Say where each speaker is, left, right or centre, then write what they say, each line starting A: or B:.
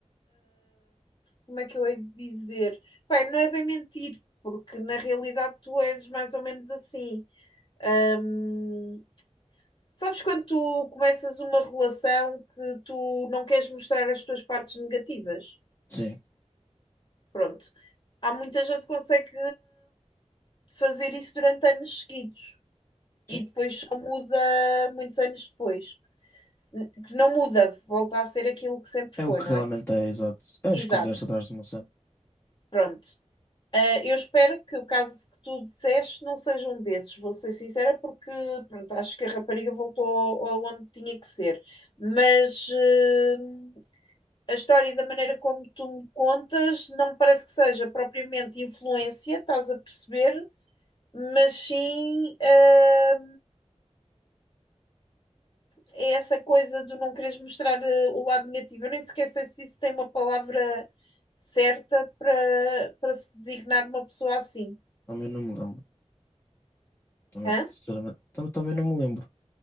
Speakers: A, on the left (about 40°); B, on the left (about 20°).
A: como é que eu hei de dizer? Pai, não é bem mentir, porque na realidade tu és mais ou menos assim. Hum, sabes quando tu começas uma relação que tu não queres mostrar as tuas partes negativas?
B: sim.
A: Pronto. Há muita gente que consegue fazer isso durante anos seguidos e
B: Sim.
A: depois só muda muitos anos depois. Que não muda, volta a ser aquilo que sempre foi,
B: É o que
A: não
B: realmente
A: é?
B: é, exato. É
A: Exato.
B: esconder-se atrás de uma cena.
A: Pronto. Ah, eu espero que o caso que tu disseste não seja um desses, vou ser sincera, porque pronto, acho que a rapariga voltou ao- aonde tinha que ser. Mas ah, a história da maneira como tu me contas não me parece que seja propriamente influência, estás a perceber? Mas sim, ah, é essa coisa de não quereres mostrar ah, o lado negativo. Eu nem sequer sei se isso tem uma palavra certa para para se designar uma pessoa assim.
B: Também não me lembro. Também,
A: Hã?
B: sinceramente, tam- também não me lembro.